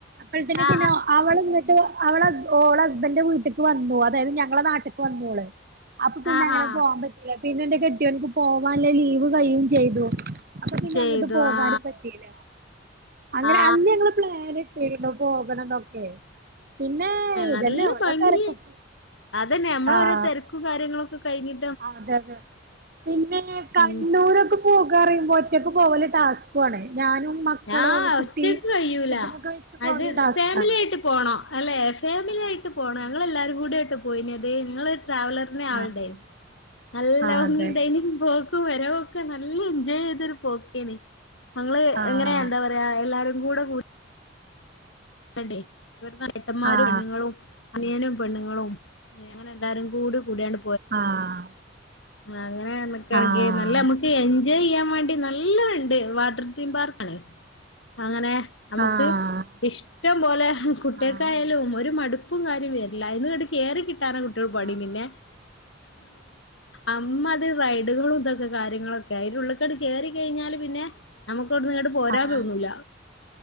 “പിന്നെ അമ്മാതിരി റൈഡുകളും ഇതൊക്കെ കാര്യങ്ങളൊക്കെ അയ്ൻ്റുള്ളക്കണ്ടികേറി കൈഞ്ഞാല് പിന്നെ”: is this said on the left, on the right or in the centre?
Left